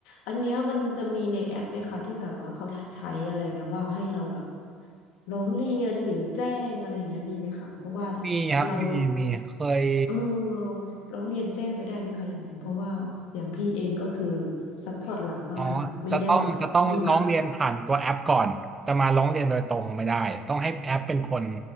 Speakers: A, on the left; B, on the right.
A: อันเนี้ยมันจะมีในแอปไหมคะที่แบบว่าเขาใช้อะไรเงี้ยว่าให้เราแบบร้องเรียนหรือแจ้งอะไรเงี้ยมีไหมคะเพราะว่า
B: มีครับมีมีเคย
A: เราเออร้องเรียนแจ้งไปได้ไหมคะอย่างนั้นเพราะว่าอย่างพี่เองก็คือซัพพอร์ตหลังบ้านไม่ได้แบบอยู่
B: อ๋อจะต้องจะต้องร้องเรียนผ่านตัวแอปก่อนจะมาร้องเรียนโดยตรงไม่ได้ต้องให้แอปเป็นคน